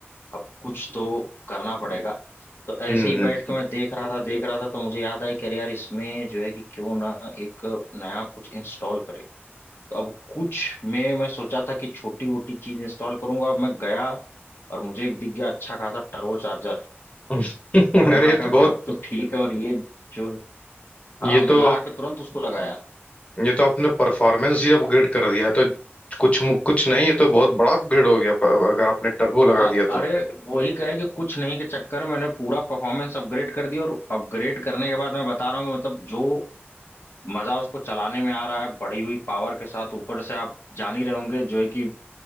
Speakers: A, on the left; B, on the left.
A: अब कुछ तो करना पड़ेगा तो ऐसे
B: हम्म
A: ही
B: हम्म।
A: बैठ के मैं देख रहा था देख रहा था तो मुझे याद आई कि अरे यार इसमें जो है कि क्यों ना एक नया कुछ इंस्टॉल करें तो अब कुछ में मैं सोचा था कि छोटी वोटी चीज इंस्टॉल करूंगा अब मैं गया और मुझे एक दिख गया अच्छा खासा टर्बो चार्जर
B: <laughs>
A: अब
B: अरे
A: मैं
B: ये तो
A: कहा
B: बहुत
A: कि अब तो ठीक है और ये जो हाँ
B: ये
A: मैं
B: तो
A: ला के तुरंत उसको लगाया
B: ये तो आपने परफॉर्मेंस ही अपग्रेड कर दिया है तो कुछ मु- कुछ नहीं ये तो बहुत बड़ा अपग्रेड हो गया प- अगर आपने टर्बो लगा
A: हाँ
B: दिया
A: अरे
B: तो
A: वही कहें कि कुछ नहीं के चक्कर में मैंने पूरा परफॉर्मेंस अपग्रेड कर दिया और अपग्रेड करने के बाद मैं बता रहा हूँ कि मतलब जो मजा उसको चलाने में आ रहा है बढ़ी हुई पावर के साथ ऊपर से आप जान ही रहे होंगे जो है कि